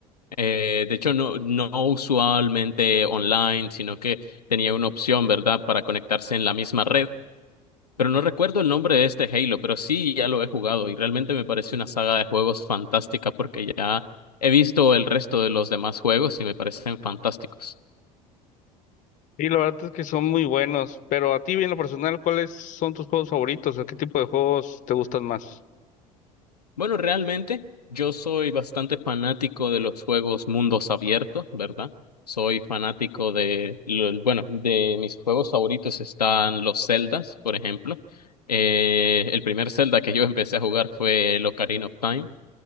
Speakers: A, on the left (about 85°); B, on the left (about 40°).
A: Eh, de hecho, no, no usualmente online, sino que tenía una opción, ¿verdad?, para conectarse en la misma red. Pero no recuerdo el nombre de este Halo, pero sí ya lo he jugado y realmente me parece una saga de juegos fantástica porque ya he visto el resto de los demás juegos y me parecen fantásticos.
B: Y la verdad es que son muy buenos. Pero a ti, en lo personal, ¿cuáles son tus juegos favoritos o qué tipo de juegos te gustan más?
A: Bueno, realmente yo soy bastante fanático de los juegos mundos abiertos, ¿verdad? Soy fanático de, lo- bueno, de mis juegos favoritos están los Zeldas, por ejemplo. Eh, el primer Zelda que yo <laughs> empecé a jugar fue el Ocarina of Time.